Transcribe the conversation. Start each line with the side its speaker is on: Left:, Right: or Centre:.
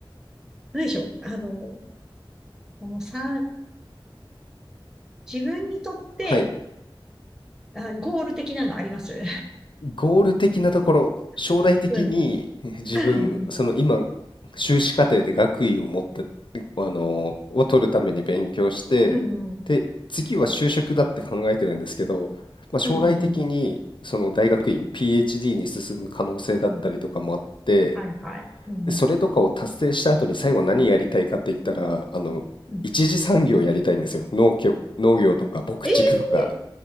Centre: 何でしょう。あの、もうさ、自分にとって、
Left: はい。
Centre: あ、ゴール的なのあります
Left: ゴール的なところ、将来的に自分、
Centre: <laughs> うん。うん。
Left: その今、修士課程で学位を持って、あの、を取るために勉強して、
Centre: うん。う
Left: で、次は就職だって考えてるんですけど、まあ、将来的にその大学院、
Centre: ん。うん。
Left: PhD に進む可能性だったりとかもあって、
Centre: お、はいはい。うん。
Left: でそれとかを達成した後に最後何やりたいかって言ったら、あの、
Centre: うん。
Left: 一次産業やりたいんですよ。農業、農業とか牧畜とか。
Centre: ええ